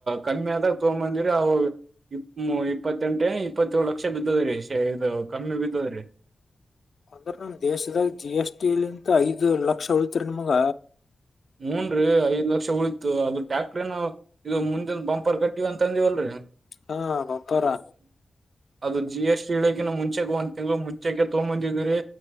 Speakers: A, on the right; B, on the left.
A: ಕಮ್ಮಿ ಆದ ಆದಾಗ ತಗಂಬಂದಿರಿ ಅವ ಇಪ್ಪ ಇಪ್ಪತ್ತೆಂಟೆ ಇಪ್ಪತ್ತಏೇಳು ಲಕ್ಷ ಬಿದ್ದದ್ರೀ ಇ ಕಮ್ಮಿ ಬಿದ್ದದ್ರೀ
B: ಅಂದ್ರ ನಮ್ ದೇಶದಾಗ ಜಿ ಎಸ್ ಟಿಲಿಂತ ಐದ್ ಲಕ್ಷ ಉಳತ್ರಿ ನಿಮಗ
A: ಹೂನ್ರಿ ಐದ್ ಲಕ್ಷ ಉಳಿತು ಅದು ಟ್ಯಾಕ್ಟ್ರ ಏನ ಇದು ಮುಂದಿನ ಬಂಪರ್ ಕಟ್ಟಿವವ ಅಂತ ಅಂದಿವವಲ್ರರಿ
B: ಹಾ ಬಂಪಾರಾ
A: ಅದು ಜಿ ಎಸ್ ಟ ಇ ಹೇಳಕಿ ನ ಮುಂಚೆ ಒಂದ ತಿಂ್ಳ ಮುಂಚೆ ತಗೊಂದಿದೀ್ರರಿ